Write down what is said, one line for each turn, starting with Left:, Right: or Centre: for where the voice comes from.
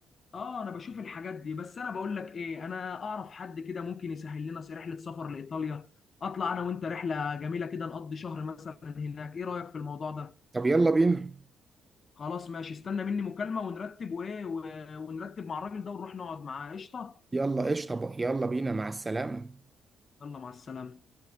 Left: اه انا بشوف الحاجات دي بس انا بقول لك ايه انا اعرف حد كده ممكن يسهل لنا س- رحله سفر لايطاليا اطلع انا وانت رحله جميله كده نقضي شهر مثلا هناك ايه رايك في الموضوع ده
Right: طب يلا بينا
Left: خلاص ماشي استنى مني مكالمة ونرتب وايه و- ونرتب مع الراجل ده ونروح نقعد معاه قشطة
Right: يلا ايش طب يلا بينا مع السلامه
Left: يلا مع السلامة